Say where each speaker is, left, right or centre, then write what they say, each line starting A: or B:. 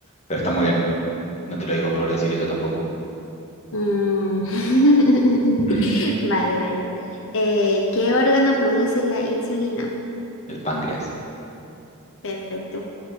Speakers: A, on the left; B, on the left.
A: Pero está muy bien. No te lo iba a poder decir eso tampoco.
B: Mm. <laughs>
A: <laughs> El
B: Vale, vale. Eh, ¿qué órgano produce la insulina?
A: páncreas.
B: Perfecto.